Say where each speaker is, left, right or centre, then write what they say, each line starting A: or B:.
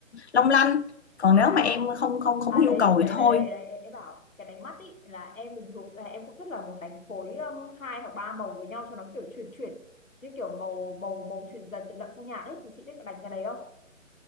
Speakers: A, on the left; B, on the left.
A: long lanh. Còn
B: à
A: nếu mà em không không không
B: à
A: có
B: đấy
A: nhu cầu
B: đấy
A: thì
B: đấy
A: thôi.
B: đấy đấy em bảo cái đánh mắt ý là em bình thường là em cũng rất là muốn đánh phối um, hai hoặc ba màu với nhau cho nó kiểu chuyển chuyển như kiểu màu màu màu chuyển dần từ đậm sang nhạt ấy thì chị biết có đánh cái đấy không